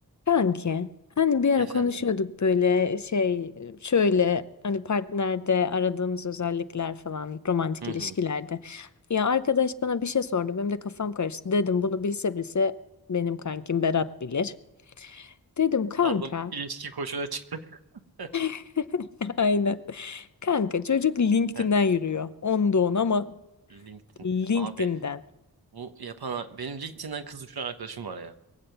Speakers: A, on the left; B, on the right.
A: Kanki hani bir ara
B: Efendim.
A: konuşuyorduk böyle şey şöyle hani partnerde aradığımız özellikler falan romantik
B: Hı
A: ilişkilerde.
B: hı.
A: Ya arkadaş bana bir şey sordu benim de kafam karıştı dedim bunu bilse bilse benim kankim Berat bilir. Dedim kanka
B: Ablam ilişki koçuna çıktı. <laughs>
A: <laughs> aynen kanka çocuk LinkedIn'den
B: Heh,
A: yürüyor onda on ama
B: LinkedIn.
A: LinkedIn'den.
B: Abi bu yapan benim LinkedIn'den kız düşüren arkadaşım var ya.